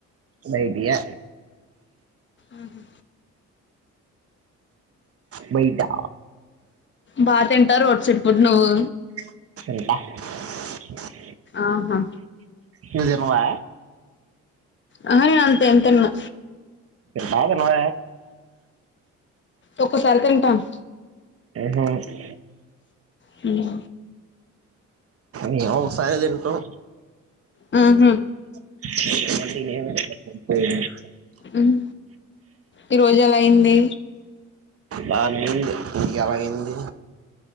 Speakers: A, on the right; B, on the left.
A: బయటిఏ
B: ఆహా
A: బయిటా
B: బా తింటావ రోడ్ సైడ్ ఫుడ్ నువ్వు
A: తింట
B: ఆహా
A: నువ్వు తినవా
B: ఆహా నేను అంతేమ్ తిన్ను
A: తింటవా తినవ
B: ఒక్కోసారి తింటాను
A: ఎదో ఒకటి
B: హ్మ్
A: మేము ఒకసారే తింటాం
B: మ్మ్ హు
A: <unintelligible>
B: ఉమ్ ఈ రోజు ఎలా అయింది
A: బానే అయింది మీకేలాగయింది